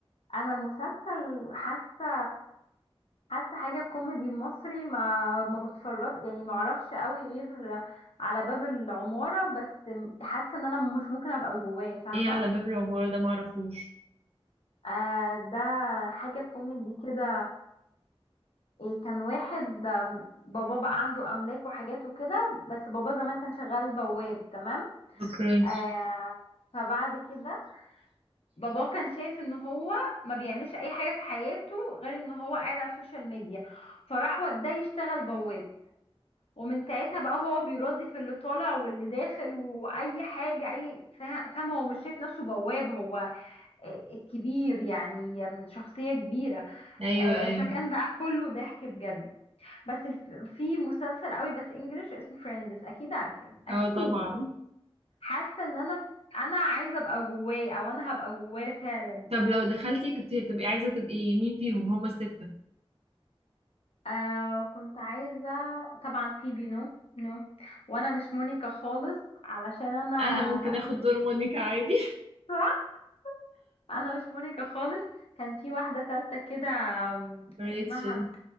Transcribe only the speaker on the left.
انا المسلسل حاسه حاسه حاجه كوميدي مصري ما ما بتفرج يعني ما اعرفش قوي غير على باب العماره بس حاسه ان انا مش ممكن ابقى جواه فاهمه
آه ده حاجه كوميدي كده إيه كان واحد آم، بابا بقى عنده املاك وحاجات وكده بس بابا زمان كان شغال بواب تمام
آه فبعد كده بابا كان شايف ان هو ما بيعملش اي حاجه في حياته غير ان هو قاعد على السوشيال ميديا فراح وداه يشتغل بواب ومن ساعتها بقى هو بيراضي في اللي طالع واللي داخل واي حاجه اي فا- فاهم هو مش شايف نفسه بواب هو آه، كبير يعني آم، شخصيه كبيره
آه،
فكان بقى كله ضحك بجد بس الف... في مسلسل قوي بس انجلش اسمه فريندز اكيد عارفين
اكيد
حاسه ان انا انا عايزه ابقى جواه او انا هبقى جواه فعلا
آه كنت عايزه طبعا فيبي نو نو وانا مش مونيكا خالص علشان انا
<laughs> صح انا مش مونيكا خالص كان في واحده ثالثه كده آم،
اسمها